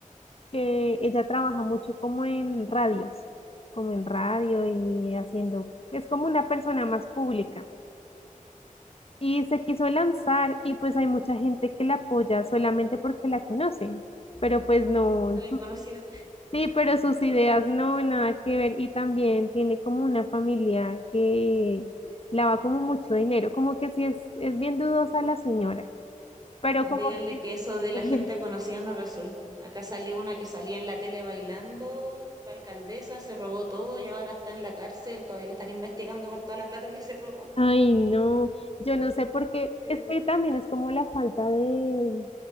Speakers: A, on the left (about 45°); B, on the right (about 30°).
A: que ella trabaja mucho como en radios, como en radio y haciendo, es como una persona más pública. y se quiso lanzar y pues hay mucha gente que la apoya solamente porque la conocen, pero pues no,
B: porque alguien conocido.
A: sí, pero sus ideas no, nada que ver y también tiene como una familia que lava como mucho dinero, como que sí es, es bien dudosa la señora. Pero
B: No,
A: como
B: díganle
A: que,
B: que eso de la
A: <laughs>
B: gente conocida no resulta. Acá salió una que salía en la tele bailando, fue alcaldesa, se robó todo y ahora está en la cárcel, todavía la están investigando por toda la plata que se robó.
A: ay no, yo no sé por qué,
B: Sí.
A: es que también es como la falta de,